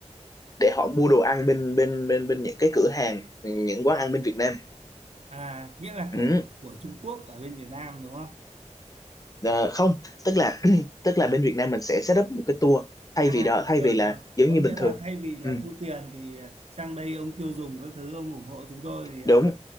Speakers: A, on the left (about 30°); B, on the right (about 55°).
A: để họ mua đồ ăn bên bên bên bên những cái cửa hàng những quán ăn bên Việt Nam
B: à nghĩa là
A: ừ.
B: cửa hàng của Trung Quốc ở bên Việt Nam đúng
A: Ờ, không tức là <clears throat> tức là bên Việt Nam mình sẽ set up một cái tour thay
B: À,
A: vì đó thay
B: rồi
A: vì là
B: rồi.
A: giống
B: Có
A: như
B: nghĩa
A: bình
B: là
A: thường
B: thay vì là
A: ừ,
B: thu tiền thì à, sang đây ông tiêu dùng các thứ ông ủng hộ chúng tôi thì à,
A: đúng